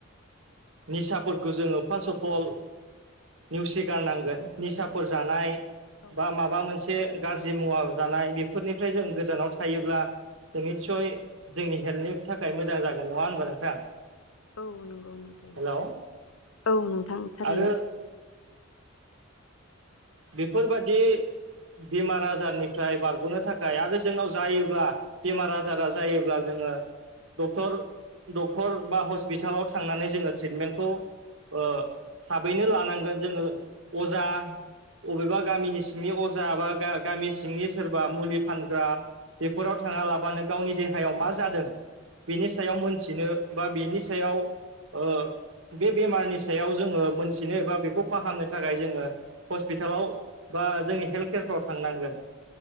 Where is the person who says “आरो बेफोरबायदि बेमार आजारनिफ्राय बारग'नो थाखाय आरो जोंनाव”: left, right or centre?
Right